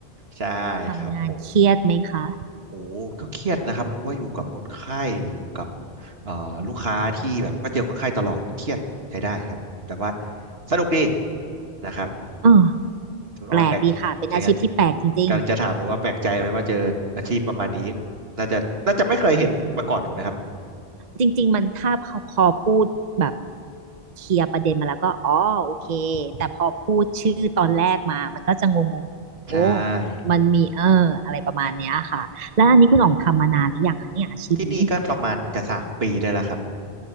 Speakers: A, on the right; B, on the right.
A: ใช่
B: ทำงานเครียดไหมคะ
A: ครับผมโอ้ก็เครียดนะครับเพราะว่าอยู่กับคนไข้อยู่กับเอ่อลูกค้าที่แบบก็เจอคนไข้ตลอดเครียดใช้ได้ครับผมแต่ว่าสนุกดีนะครับ
B: อ่
A: คุณออยแปลกยังไง
B: แปลกดีค่ะเป็นอาชีพที่แปลกจริงๆ
A: กำลังจะถามเลยว่าแปลกใจไหมว่าเจออาชีพประมาณนี้น่าจะน่าจะไม่เคยเห็นมาก่อนถูกไหมครับ
B: จริงๆมันถ้าพอพอพูดแบบเคลียร์ประเด็นมาแล้วก็อ๋อโอเคแต่พอพูดชื่อตอนแรกมามันก็จะงงๆโอ้
A: ใช่
B: มันมีเอออะไรประมาณเนี้ยค่ะแล้วอันนี้คุณอ๋องทำมานานหรือยังคะเนี่ยอาชีพนี้
A: ที่นี่ก็ประมาณจะสามปีได้แล้วครับ